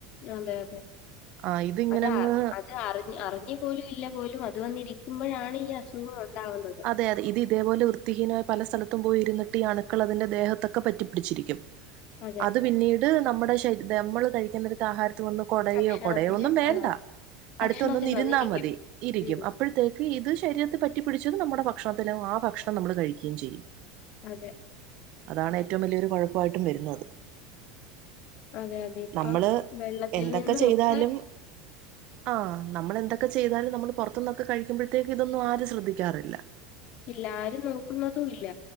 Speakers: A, on the left (about 55°); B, on the right (about 55°).
A: അതെ അതെ
B: ആ ഇതിങ്ങനങ്ങ്
A: അത് അത് അറി അറിഞ്ഞു പോലും ഇല്ല പോലും അത് വന്നിരിക്കുമ്പഴാണ് ഈ അസുഖം ഉണ്ടാവുന്നത്.
B: അതെതെ ഇതേപോലെ വൃത്തിഹീനായ പല സ്ഥലത്തും പോയിരുന്നിട്ട് ഈ അണുക്കൾ അതിന്റെ ദേഹത്തൊക്കെ പറ്റിപ്പിടിച്ചിരിക്കും.
A: അതെ
B: അത് പിന്നീട് നമ്മുടെ ശരിരം നമ്മള് കഴിക്കുന്ന ആഹാരത്തി വന്ന് കൊടയോ
A: ഭക്ഷണത്തില്
B: കൊടയൊന്നും വേണ്ട
A: ആ, ഭക്ഷണത്തിൽ
B: അടുത്തൊന്ന് വന്ന് ഇരുന്നാൽ
A: വന്നിരിക്കും
B: മതി ഇരിക്കും-
A: ഉം
B: അപ്പഴത്തേക്ക് ഇത് ശരീരത്തെ പറ്റിപ്പിടിച്ചത് നമ്മുടെ ഭക്ഷണത്തിലാവും ആ ഭക്ഷണം നമ്മള് കഴിക്കുകയും ചെയ്യും.
A: അതെ
B: അതാണ് ഏറ്റവും വലിയൊരു കൊഴപ്പായിട്ടും വരുന്നത്.
A: അതെ അതെ ഇപ്പം
B: നമ്മള്
A: വെള്ളത്തിൽ
B: എന്തൊക്കെ
A: നിന്നും
B: ചെയ്താലും-
A: ഒക്കെ
B: ആഹ് നമ്മളെന്തൊക്കെ ചെയ്താലും നമ്മള് പൊറത്ത്ന്നൊക്കെ കഴിക്കുമ്പഴ ത്തേക്ക് ഇതൊന്നും ആരും ശ്രദ്ധിക്കാറില്ല.
A: ഇല്ല ആരും നോക്കുന്നതും ഇല്ല.